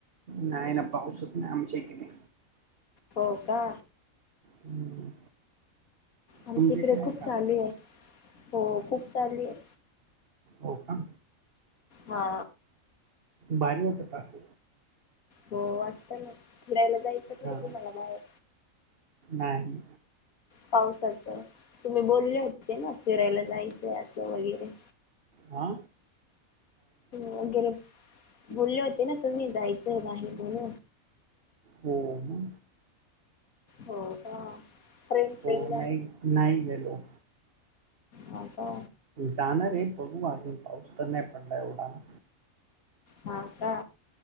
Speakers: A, on the right; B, on the left.
A: नाही ना पाऊसच नाही आमच्या इकडे
B: हो का
A: हम्म
B: आमच्या
A: तुमच्या इकडे आहे
B: खूप
A: का
B: चालू आहे. हो खूप चालु हे
A: हो का
B: हा
A: भारीट पा अस
B: हो वाटत ना नलतयत नला
A: हा
B: नाही आहे
A: नाही
B: पावसाच तुम्ही बोलले होते ते ना फिरायला जायचंय असं वगैरे
A: आा
B: वगैरे बोलले होते ना तुम्ही जायचं बाहेर बोल
A: हो हो
B: हो का ट्रेन ट्रेन
A: हो नाही नाही गेलो
B: हो का
A: जाणारे बघू अजून पाऊस तर नाही पडलाय उढाणा
B: हा का